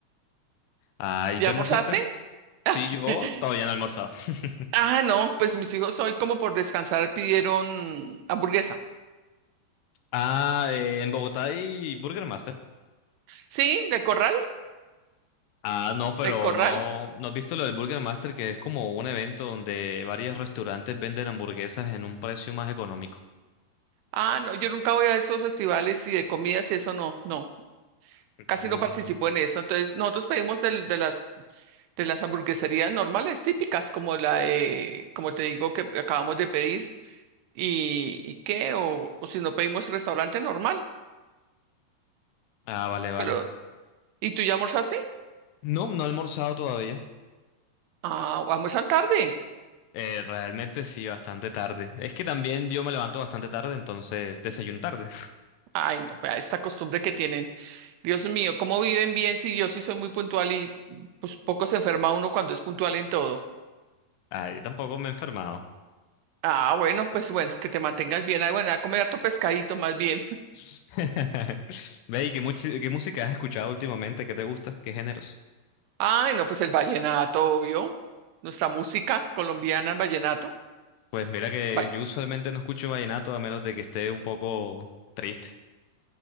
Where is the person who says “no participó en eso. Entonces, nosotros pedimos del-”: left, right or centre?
Right